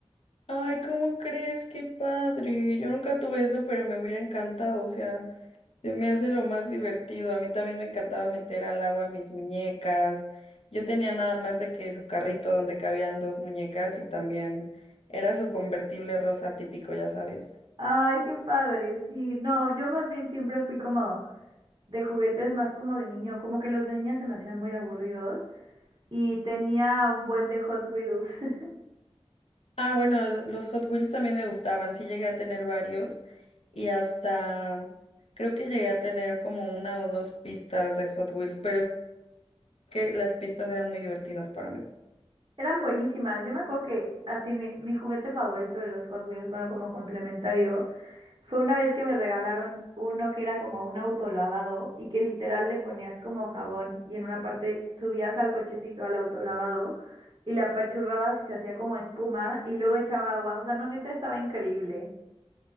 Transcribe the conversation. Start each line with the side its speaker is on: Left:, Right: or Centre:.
Left: Ay, ¿cómo crees? Qué padre. Yo nunca tuve eso, pero me hubiera encantado. O sea, se me hace lo más divertido. A mí también me encantaba meter al agua mis muñecas. Yo tenía nada más de que su carrito donde cabían dos muñecas y también era su convertible rosa típico, ya sabes.
Right: Ay, qué padre, sí, no, yo más bien siempre fui como de juguetes más como de niño, como que los de niña se me hacían muy aburridos y tenía un buen de Hot Wheels. <laughs>
Left: Ah, bueno, lo- los Hot Wheels también me gustaban. Sí llegué a tener varios y hasta creo que llegué a tener como una o dos pistas de Hot Wheels, pero es que las pistas eran muy divertidas para mí.
Right: Eran buenísimas. Yo me acuerdo que así mi, mi juguete favorito de los Hot Wheels, bueno, como complementario, fue una vez que me regalaron uno que era como un autolavado y que literal le ponías como jabón y en una parte subías al cochecito al autolavado y la apachurrabas y se hacía como espuma y luego echaba agua. O sea, no, neta, estaba increíble.